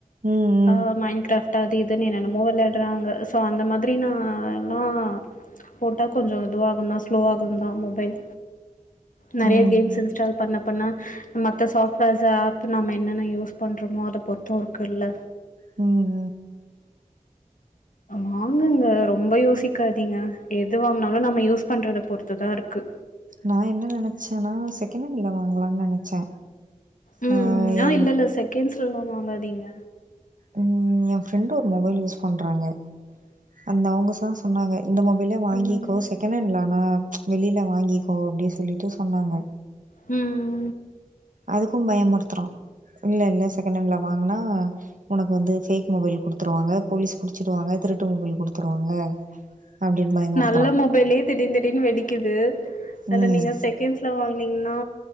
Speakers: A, on the right; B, on the left.
A: ம்
B: ஆ மைண்ட கிராஃப்ட் அது இதுன்னு என்னனோமோ வெளட்றாங்க சோ அந்த மாதிரி நா லா போட்டா கொஞ்சோ இதுவாகுந்தா ஸ்லோ ஆகுதா மொபைல் நறைய
A: ம்
B: கேம்ஸ்
A: ம்
B: இன்ஸ்டால் பண்ண பண்ண மத் மத்ந சாஃப்ட்வேர்ஸ்ஸூ ஆப் நம்ம என்னென்ன யூஸ் பண்றோமோ அத பொறுத்து இருக்குல்ல
A: ம்
B: வாங்குங்க ரொம்ப யோசிக்காதீங்க எது வாங்னாலு நம்ம யூஸ் பண்றத பொறுத்துதா இருக்கு
A: நா என்ன நெனச்சன்னா செகண்ட் ஹேண்ட்ல வாங்கலான்னு நெனச்சே
B: ம்
A: ஆ
B: ம் ஆ
A: என்
B: இல்லல்ல செகண்ட்ஸ்லல்லா வாங்காதிங்க
A: ம் ஏ ஃப்ரெண்டு ஒரு மொபைல் யூஸ் பண்றாங்க அந்த அவுங்க தா சொன்னாங்க இந்த மொபைல வாங்கிக்கோ
B: ம்
A: செகணட்லா ஆனா வெளியில வாங்கிக்கோ அப்டி சொல்லிட்டு சொன்னாங்க
B: ம்
A: அதுக்கு பயமுட்த்துறா இல்ல இல்ல செகணட்ல வாங்குனா உனக்கு வந்து ஃவேக் மொபைல் குடுத்துருவாங்க போலீஸ் புடிச்சுடுவாங்க திருட்டு மொபைல் குடுத்துருவாங்க அப்டின்னு பயமுறுத்துறா
B: நல்ல மொபைலே திடீர் திடீர்னு வெடிக்குது அதுல்ல
A: ம்
B: நீங்க செக ன்ட்ஸ்ல வாங்னீங்ன்னா